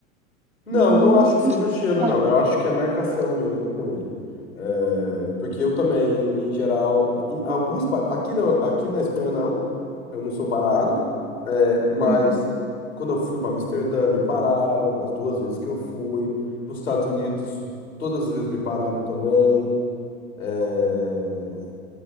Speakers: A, on the left; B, on the right.
A: Não,
B: Hum,
A: não acho que seja
B: não sei.
A: cheiro, não.
B: é.
A: Eu acho que é marcação mesmo com ele. É, porque eu também, em geral, em alguns, pa- aqui na, aqui na Espanha não, eu não sou parado, é, mas
B: Uhum.
A: quando eu fui para Amsterdã me pararam, as duas vezes que eu fui, para os Estados Unidos todas as vezes me pararam também. O